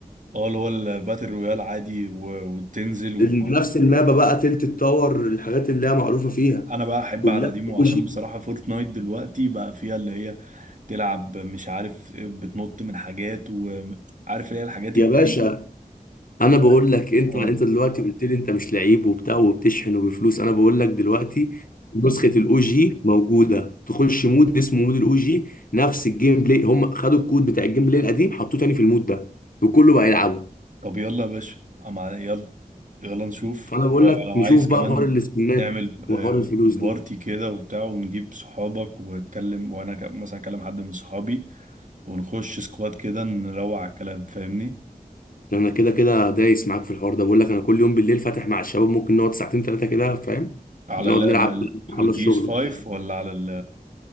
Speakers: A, on the right (about 55°); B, on the left (about 65°).
A: اه اللي هو الباتل رويال عادي و... وتنزل وت...
B: ال- نفس المابا بقى تلت التاور الحاجات اللي هي معروفه فيها
A: انا بقى احب
B: كلها
A: على قديمه
B: او
A: عشان
B: جي
A: بصراحه فورتنايت دلوقتي بقى فيها اللي هي تلعب مش عارف بتنط من حاجات وعارف اللي هي الحاجات
B: يا
A: الجديده
B: باشا انا
A: بتاعت-
B: بقول لك انت
A: اه
B: انت دلوقتي قلت لي انت مش لعيب وبتاع وبتشحن وبفلوس انا بقول لك دلوقتي نسخه الاو جي موجوده تخش مود اسمه مود الاو جي نفس الجيم بلاي هم خدوا الكود بتاع الجيم بلاي القديم حطوه تاني في المود ده وكله بقى يلعبه
A: طب يلا يا باشا أم- يلا يلا نشوف
B: فانا بقول
A: ولو
B: لك نشوف
A: عايز
B: بقى
A: كمان
B: حوار السكنات
A: نعمل
B: وحوار
A: آه،
B: الفلوس
A: بارتي
B: ده
A: كده وبتاع ونجيب صحابك واتكلم وانا ك- مثلا اكلم حد من صحابي ونخش سكواد كده نروق على الكلام فاهمني
B: ده انا كده كده دايس معاك في الحوار ده بقول لك انا كل يوم بالليل فاتح مع الشباب ممكن نقعد ساعتين ثلاثه كده فاهم
A: على
B: نقعد
A: ال ال-
B: نلعب
A: ال-
B: بقى، نخلص
A: على البيس
B: شغل وبتاع
A: 5 ولا على ال